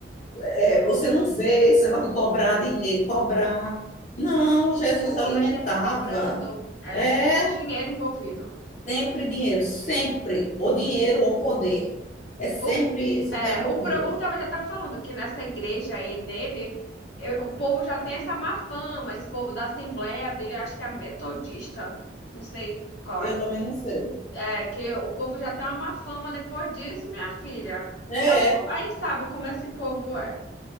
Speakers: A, on the left; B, on the left.
A: É, você não vê esse negócio de cobrar dinheiro, cobrar. Não, Jesus
B: O povo
A: alimentava.
B: é sempre cobrando, é
A: É
B: sempre dinheiro envolvido.
A: sempre dinheiro, sempre. Ou dinheiro ou poder. É sempre
B: O,
A: isso
B: é,
A: que está envolvido.
B: o Probon tava, já tá falando que nessa igreja aí dele, eu- o povo já tem essa má fama, esse povo da Assembleia dele, eu acho que é metodista, não sei qual
A: Eu
B: é.
A: também não sei.
B: É, que o povo já tem uma má fama depois disso, minha filha.
A: É,
B: Que é um povo, aí sabe como esse povo é,